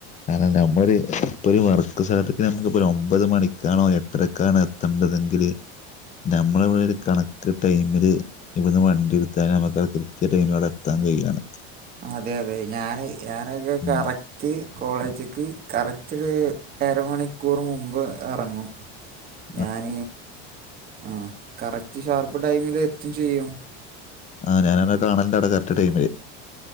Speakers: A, on the left; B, on the right.
A: അല്ല നമ്മള ഒരു ഇപ്പൊ ഒരു വർക്ക് സ്ഥലത്തൊക്കെ നമുക്ക്ി ഒമ്പത് മണിക്കാണോ എ ത്രക്കാണ് എത്തേണ്ടതെങ്കിൽ നമ്മള ഇവിടെ ഒരു കണക്ക് ടൈമില് ഇവിടുന്ന് വണ്ടി എടുത്താലും നക്ക് കൃത്യട്ട ഇങ്ങളോടെ എത്താൻ കഴിയയാണ്
B: അതെ അതെ ഞാൻ ഞാനക്കക്കെറ
A: ഉം
B: റ്റ് കോളേജക്ക് കറക്റ്റ് അര മണിക്കൂർ മുമ്പ് ഇറങ്ങും
A: ഉ
B: ഞൻ ആഹ് കറക്റ്റ് ഷാർപ്പ് ടൈമിൽ എത്തും ചെയ്യും
A: ആഹ് ഞാന എന്നെ കാണണ്ട് അവിടെ കറക് ടൈം വരെ